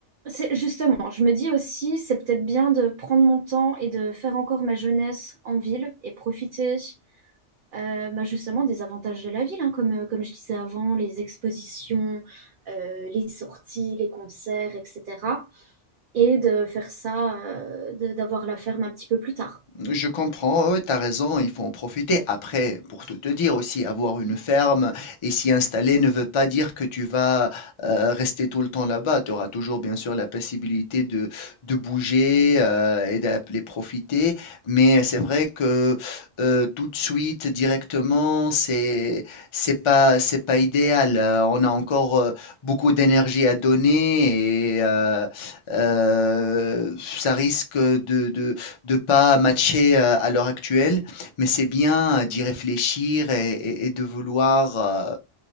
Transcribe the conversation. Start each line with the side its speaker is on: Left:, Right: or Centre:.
Right: c'est justement, je me dis aussi, c'est peut-être bien de prendre mon temps et de faire encore ma jeunesse en ville et profiter Euh, bah, justement des avantages de la ville, hein, comme, euh, comme je disais avant, les expositions, euh, les sorties, les concerts, etc. Et de faire ça, euh, de- d'avoir la ferme un petit peu plus tard.
Left: Je comprends, ouais, tu raison, il faut en profiter. Après, pour tout te dire aussi, avoir une ferme et s'y installer ne veut pas dire que tu vas euh, rester tout le temps là-bas. Tu auras toujours, bien sûr, la possibilité de, de bouger euh, et d'appeler profiter. Mais c'est vrai que euh, tout de suite, directement, c'est, c'est pas, c'est pas idéal. Euh, on a encore euh, beaucoup d'énergie à donner et euh, euh, ça risque de, de de pas matcher euh, à l'heure actuelle, mais c'est bien euh, d'y réfléchir et, et- et de vouloir, euh,